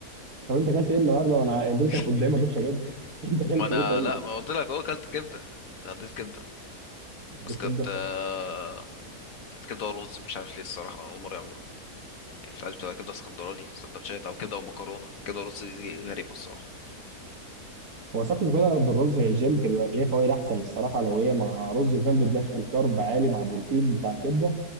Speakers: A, on the right; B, on the left.
A: طب انت اكلت ايه النهارده وانا الاندومي
B: <laughs>
A: كانت قدامي ما رضيتش اجيبها <laughs> انت اكلت
B: ما انا
A: ايه طيب
B: لا ما قلت لك اهو اكلت كبده اتغديت كبده
A: عندك
B: بس
A: كبده
B: كانت آه، كانت كبده ورز مش عارف ليه الصراحه اول مره يعملوها يعني في العادي بتبقى كبده اسكندراني سندوتشات او كبده ومكرونه كبده ورز دي غريبه الصراحه
A: هو ساكن مكرونه بالرز الجيم كده ليها فوائد احسن الصراحه لو هي مع رز كمان بتدخل كارب عالي مع بروتين بتاع كبده